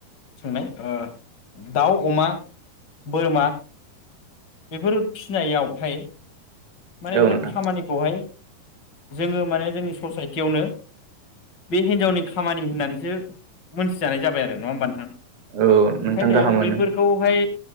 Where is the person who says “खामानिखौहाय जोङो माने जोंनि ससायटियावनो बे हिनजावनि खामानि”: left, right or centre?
Left